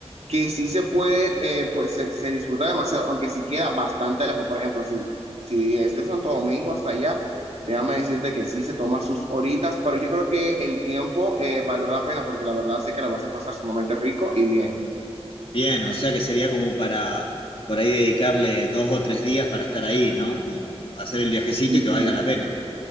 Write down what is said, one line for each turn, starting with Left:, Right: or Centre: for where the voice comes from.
Right: que sí se puede, eh, pues se, se, disfruta demasiado, aunque sí queda bastante lejos. Por ejemplo, si, si es de Santo Domingo hasta allá, déjame decirte que sí se toma sus horitas, pero yo creo que el tiempo eh, valdrá la pena porque la verdad sé que la vas a pasar sumamente rico y bien.
Left: Bien, o sea que sería como para por ahí dedicarle dos o tres días para estar ahí, ¿no? Como hacer el viajecito
Right: Sí,
Left: y que valga la pena.